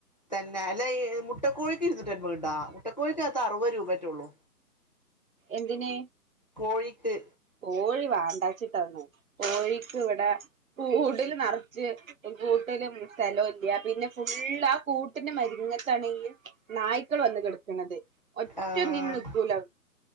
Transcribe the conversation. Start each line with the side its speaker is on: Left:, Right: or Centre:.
Left: തന്നെ അല്ലേ മുട്ട കോഴിക്ക് ഇരുന്നൂറ്റി അമ്പത് ഇണ്ടാ മുട്ടക്കോഴിക്കകത്ത് അറുപത് രൂപ മറ്റേ ഉള്ളൂ
Right: എന്തിന്
Left: കോഴിക്ക്
Right: കോഴി വാണ്ടാച്ചിട്ടാനെ കോഴിക്ക് ഇവിടെ കൂടില് നറച്ച് - കൂട്ടിലും സ്ഥലൊയില്ല പിന്നെ ഫുള്ള് ആ കൂട്ടിന്റെ മരുന്നിത്താ <unintelligible> ണെങ്കിൽ നായ്ക്കൾ വന്ന് കിടക്കണത് ഒറ്റ
Left: ആഹ്
Right: നിന്ന് നിക്കൂല്ല